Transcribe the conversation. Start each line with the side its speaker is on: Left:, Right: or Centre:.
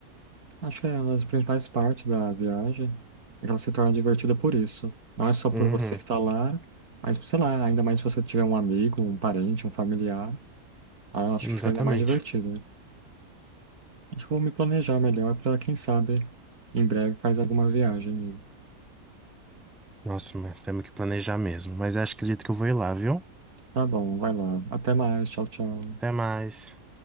Right: Acho que é uma das principais partes da viagem. Ela se torna divertida por isso. Não é só por
Centre: Uhum,
Right: você estar lá, mas, sei lá, ainda mais se você tiver um amigo, um parente, um familiar. ah, Acho
Centre: exatamente.
Right: que fica ainda mais divertido, né? Acho que eu vou me planejar melhor para, quem sabe, em breve faz alguma viagem.
Centre: Nossa, mas temos que planejar mesmo. Mas acho, acredito que eu vou ir lá, viu?
Right: Tá bom, vai lá. Até mais. Tchau, tchau.
Centre: Até mais.